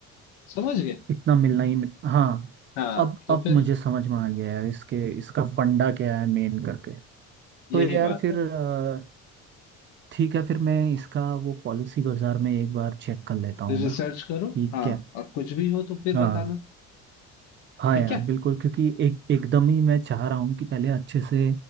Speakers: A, on the left; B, on the right.
A: समझ गए
B: इतना मिलना ही मिल... हाँ
A: हाँ
B: अब
A: तो
B: अब
A: फिर
B: मुझे समझ में आ गया है इसके इसका फंडा क्या है मेन करके
A: यही
B: तो यार
A: बात
B: फिर
A: है
B: अ, ठीक है फिर मैं इसका वो पॉलिसी बाजार में एक बार चेक कर लेता हूँ
A: रिसर्च
B: ना
A: करो
B: कि
A: हाँ
B: क्या
A: और कुछ भी हो तो फिर
B: हाँ
A: बताना
B: हाँ
A: ठीक
B: यार
A: है
B: बिल्कुल क्योंकि एक एकदम ही मैं चाह रहा हूँ कि पहले अच्छे से